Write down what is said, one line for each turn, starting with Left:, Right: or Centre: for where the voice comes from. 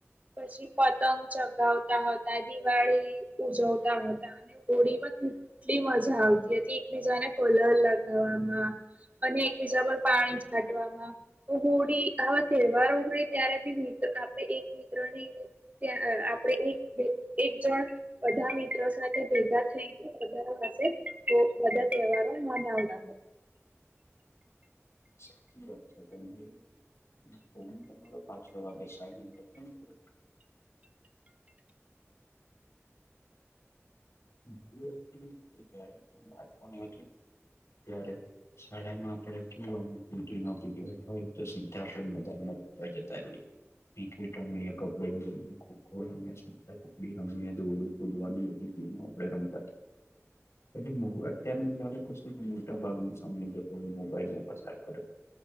Right: પછી પતંગ ચગાવતા હતા દિવાળી ઉજવતા હતા. હોળીમાં કેટલી મજા આવતી હતી એકબીજાને કલર લગાવવામાં. અને એક બીજા પર પાણી છાંટવામાં. હોળી આવા તહેવારો હોય ત્યારે બી મિત્ર આપણે એક મિત્રની ત્યાં આપડે એક એક જણ બધા મિત્રો સાથે ભેગા થઈને બધા પાસે બધા તહેવાર મનાવના.
Left: સાચી વાત છે તમારી. મ. <unintelligible> પાછડ વાગે સાયલેનટ કરદો <inaudible> <unintelligible> બાળપણ ત્યારે શાળામાં આપણે કેવુ પીટીનો પીરયડ હોય તો સીધા આપણે મેદાનમાં રમવા જતા રહીએ. ક્રિકેટ રમીએ કબડ્ડીરમે ખોખો રમીએ સંતાકુકડી ટુકડી રમીય દોડું કૂદવાની બધી ગમે. આપડે રમતા. પછી અત્યાર ના બાળકો શું મોટા ભાગ નો સમય બધો મોબાઈલ મા પસાર કરે.